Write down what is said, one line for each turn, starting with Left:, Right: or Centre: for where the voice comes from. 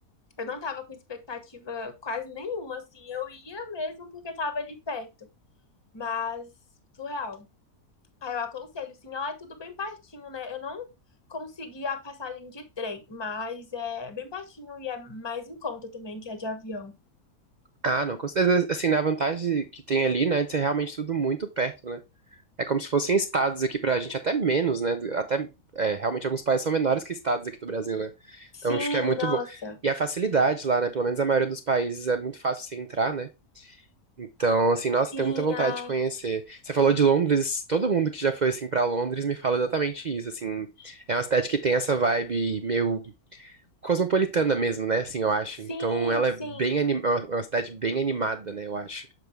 Left: Eu não tava com expectativa quase nenhuma, assim. Eu ia mesmo porque tava ali perto. Mas, surreal. Aí eu aconselho, sim, ela é tudo bem pertinho, né? Eu não consegui a passagem de trem, mas é bem pertinho e é mais em conta também que a de avião.
Right: Ah, não. Com certeza, assim, na vantagem que tem ali, né? De ser realmente tudo muito perto, né? É como se fossem estados aqui pra gente, até menos, né? Até, é, realmente alguns países são menores que estados aqui do Brasil, né?
Left: Sim,
Right: Então acho que é muito
Left: nossa.
Right: bom. E a facilidade lá, né? Pelo menos a maioria dos países é muito fácil você entrar, né? Então, assim, nossa,
Left: Sim,
Right: tenho muita vontade
Left: é.
Right: de conhecer. Você falou de Londres, todo mundo que já foi, assim, pra Londres me fala exatamente isso, assim. É uma cidade que tem essa vibe meio cosmopolitana mesmo, né? Assim, eu acho.
Left: Sim,
Right: Então, ela
Left: sim.
Right: é bem anim... é uma cidade bem animada, né? Eu acho.